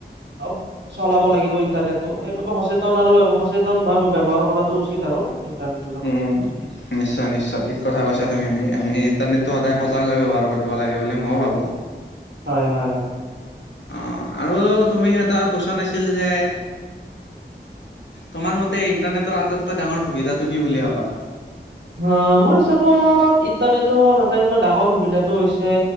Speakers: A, on the right; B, on the left.
A: অব চলাব লাগিব ইণ্টাৰনেট। তহ সেইবাবে সচেতন আৰু সচেতন ভাবে ব্যৱহাৰ কৰাটো উচিত আৰু ইন্টাৰনেট।
B: উম। নিশ্চয়-নিশ্চয় ঠিক কথা কৈছা তুমি। আমি-আমি ইণ্টাৰনেতটো সদায় সঁচাকৈয়ে ব্যৱহাৰ কৰিব লাগে বুলি ময়ো ভাবোঁ।
A: হয়-হয়-হয়।
B: অ', আৰু তুমি এটা কুৱেচন আছিল যে তোমাৰ মতে ইণ্টাৰনেটৰ আটাইতকৈ ডাঙৰ সুবিধাটো কি বুলি ভাবা
A: হা মোৰ হিচাপত ইণ্টাৰনেটৰ আটাইতকৈ ডাঙৰ সুবিধাটো হৈছে